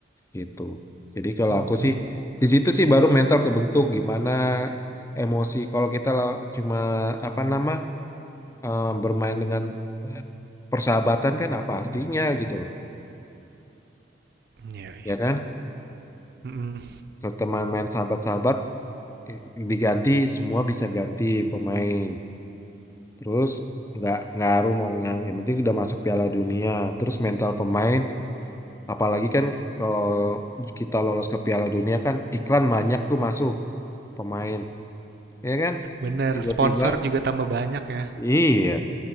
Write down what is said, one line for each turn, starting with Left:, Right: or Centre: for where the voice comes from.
Left: gitu jadi kalau
Right: Mm-mm.
Left: aku sih di situ sih baru mental kebentuk gimana emosi kalau kita lah cuma apa nama eh, bermain dengan eh, persahabatan kan apa artinya gitu loh
Right: Iya iya.
Left: ya kan
Right: Mm-mm.
Left: kalau teman main sahabat-sahabat eh, diganti semua bisa ganti pemain Terus nggak ngaruh mau nggak yang penting sudah masuk Piala Dunia. Terus mental pemain, apalagi kan kalau kita lolos ke Piala Dunia kan iklan banyak tuh masuk pemain, ya kan?
Right: Bener
Left: Tiba-tiba,
Right: sponsor juga tambah banyak ya.
Left: iya.